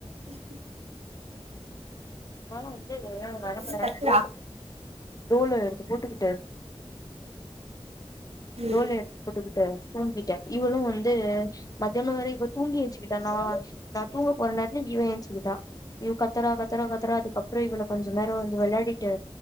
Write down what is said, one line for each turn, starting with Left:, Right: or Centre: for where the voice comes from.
Right: உஹம்
Left: என்னால வந்து
Right: உன்
Left: நரம்ப
Right: பொண்ணு கத்துறா
Left: ரோல் ரோலு எடுத்து போட்டுக்கிட்டு
Right: ம்
Left: ரோல்லு எடுத்து போட்டுக்கிட்டு தூங்கிட்டே இவளு வந்து மதியானோ வேற இவ தூங்கி ஏஞ்சுக்கிட்டா நா ஆ நா தூங்க போற நேரத்துல இவ ஏஞ்ச்சிகிட்ட இவ கத்துறா கத்துறா க த்துறா அதுக்கப்பற இவள கொஞ்ச நேர வந்து வெளாடிட்டு